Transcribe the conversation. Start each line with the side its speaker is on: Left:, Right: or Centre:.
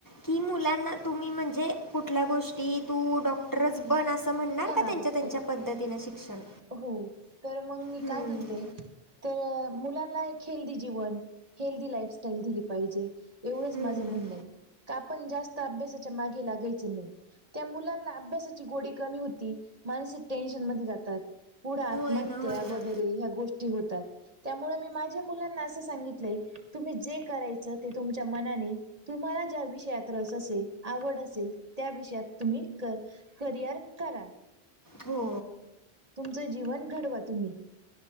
Left: की मुलांना तुम्ही म्हणजे कुठल्या गोष्टी ती तू डॉक्टरच बन असं म्हणणार
Right: हा
Left: का
Right: हा
Left: त्यांच्या
Right: हा
Left: त्यांच्या
Right: ओके
Left: पद्धतीनं शिक्षण.
Right: हो तर मग मी
Left: हम्म,
Right: काय म्हणते तर मुलांना एक हेल्दी जीवन हेल्दी लाईफस्टाईल दिली पाहिजे एवढंच
Left: हम्म.
Right: माझं म्हणणं आहे. का आपण जास्त अभ्यासाच्या मागे लाग्यायचं नाही. त्या मुलांना अभ्यासाची गोडी कमी होती मानसिक टेन्शन मध्ये जातात. पुढे आत्महत्या
Left: होय ना होय ना
Right: वगैरे ह्या गोष्टी होतात त्यामुळे मी माझ्या मुलांना असं सांगितलंय तुम्ही जे करायचं ते तुमच्या मनाने तुम्हाला ज्या विषयात रस असेल आवड असेल त्या विषयात तुम्ही कर. करिअर करा.
Left: हो.
Right: तुमचं जीवन घडवा तुम्ही.